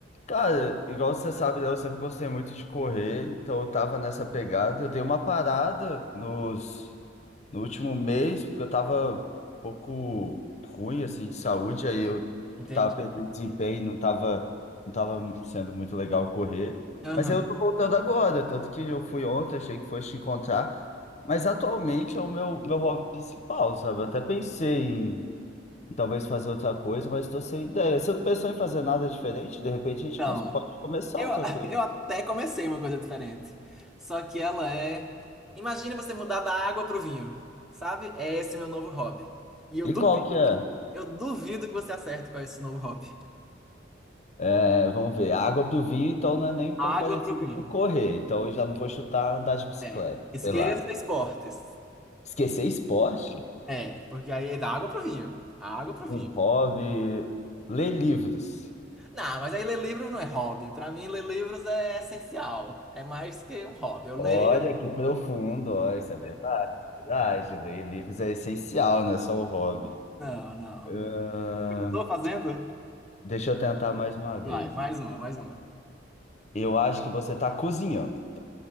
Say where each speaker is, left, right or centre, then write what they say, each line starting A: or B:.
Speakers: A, on the left (about 40°); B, in the centre.
A: Cara, igual você sabe, né, eu sempre gostei muito de correr, então eu tava nessa pegada. Eu dei uma parada nos, no último mês, porque eu tava um pouco ruim, assim, de saúde, aí eu
B: Entende?
A: tava perdendo desempenho, não tava, não tava sendo muito legal correr.
B: Aham.
A: Mas aí eu tô voltando agora, tanto que eu fui ontem, achei que fosse te encontrar. Mas atualmente é o meu, meu hobby principal, sabe? Eu até pensei e talvez fazer outra coisa, mas estou sem ideia. Você não pensou em fazer nada diferente? De repente
B: Então,
A: a gente cons- pode começar
B: eu,
A: outra coisa.
B: <laughs> eu até comecei uma coisa diferente. Só que ela é, imagine você mudar da água pro vinho, sabe? É esse meu novo hobby. E eu duvido,
A: E qual que é?
B: eu duvido que você acerte com esse novo hobby.
A: É, vamos ver. A Água pro vinho, então não é nem um
B: Água
A: pouco parecido
B: pro vinho.
A: com correr. Então eu já não vou chutar andar de bicicleta,
B: É. Esqueça
A: sei lá.
B: esportes.
A: Esquecer esporte?
B: É, porque aí é da água pro vinho. A água pro vinho.
A: Um hobby. Ler livros.
B: Não, mas aí ler livros não é hobby. Pra mim, ler livros é essencial. É mais que um hobby. Eu leio.
A: Olha que profundo, olha, isso é verdade. Verdade, ler livros é essencial, não é só um hobby.
B: Não, não.
A: Ahn,
B: Eu não tô fazendo?
A: deixa eu tentar mais uma vez.
B: Vai, mais uma, mais uma.
A: Eu acho que você está cozinhando. então.